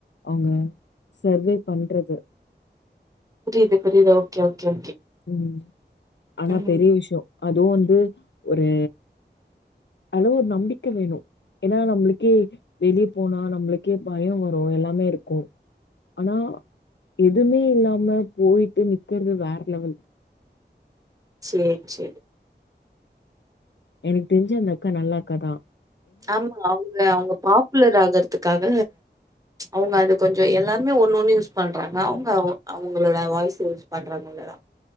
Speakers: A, on the left; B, on the right.
A: அவுங்க சர்வே பண்றது
B: புரியுது புரியுது ஓகே ஓகே ஓகே
A: ம் ஆனா
B: ம்
A: பெரிய விஷயம் அதுவும் வந்து ஒரு அளவு ஒரு நம்பிக்கை வேணும் ஏன்னா நம்மளுக்கே வெளிய போனா நம்மளுக்கே பயம் வரும் எல்லாமே இருக்கும் ஆனா எதுவுமே இல்லாம போயிட்டு நிக்கிறது வேற லெவல்
B: சேரி சேரி
A: எனக்கு தெரிஞ்ச அந்த அக்கா நல்ல அக்காதான்
B: ஆமா அவுங்க அவுங்க பாப்புலர் ஆகுறதுக்காக அவுங்க அது கொஞ்சம் எல்லாருமே ஒண்ணு ஒண்ணு யூஸ் பண்றாங்க அவுங்க அவுங்களோட வாய்ஸ்சு யூஸ் பண்றாங்க அவ்ளோதான்